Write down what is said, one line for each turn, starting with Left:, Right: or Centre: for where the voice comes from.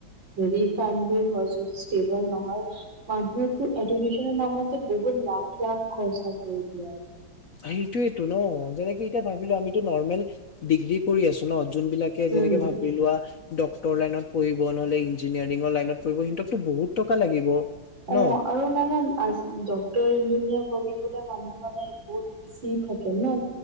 Right: চেভি ফানবোৰ হয় ইষ্টেবল নহয় মানুহো এডিমিচনৰ নামতে বহুত লাখ লাখ খৰচা কৰি দিয়ে আৰু
Left: সেইটোয়েটো ন যেনেকে এতিয়া ভাবিলো আমিতো নৰ্মেল ডিগ্ৰী কৰি আছো ন যোনবিলাকে
Right: উম
Left: যেনেকে ভাবি লোৱা ডক্তৰ লাইনত পঢ়িব নহলে ইঞ্জিনিয়াৰিঙৰ লাইনত পঢ়িব সিহতকতো বহুত টকা লাগিব
Right: অ
Left: ন
Right: আৰু মানে আজি ডক্টৰ ইঞ্জিনিয়াৰ পঢ়িবলে মানুহ মানে বহুত বেছি থাকে ন